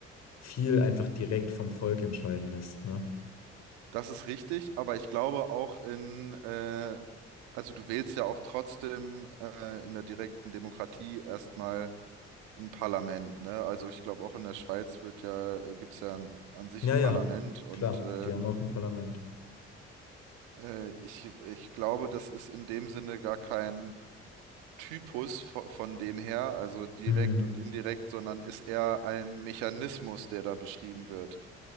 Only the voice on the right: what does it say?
das ist richtig, aber ich glaube auch in, äh, also du wählst ja auch trotzdem äh, in der direkten Demokratie erstmal ein Parlament, ne? Also ich glaube auch in der Schweiz wird ja, gibt es ja an, an sich
ein Parlament
und
äh,
äh, ich, ich glaube, das ist in dem Sinne gar kein Typus von, von dem her, also direkt
und indirekt, sondern ist eher ein Mechanismus, der da beschrieben wird.